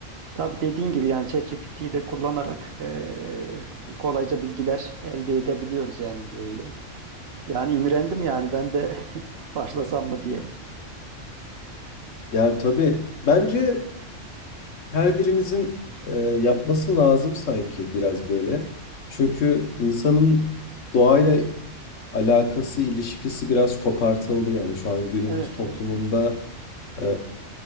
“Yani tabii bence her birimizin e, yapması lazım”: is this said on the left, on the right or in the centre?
Left